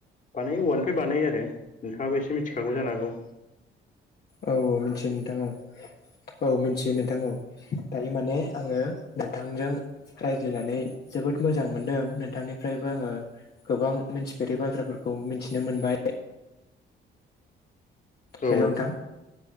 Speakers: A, on the left; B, on the left.
A: बानायो औवानिफ्राय बानायो आरो नोंथाङाबो एसे मिथिखागौ जानो हागौ।
B: औ - औ मिथियो नोंथां औ -औ मिथियो नोंथां औ। दायो माने आङो नोंथांजों रायज्लायनानै जोबोद मोजां मोनदों नोंथांनिफ्रायबो आङो गोबां मिथि जेरै बाथ्राफोरखौ मिथिनो मोनबाय
A: औ
B: हेल' नोंथां।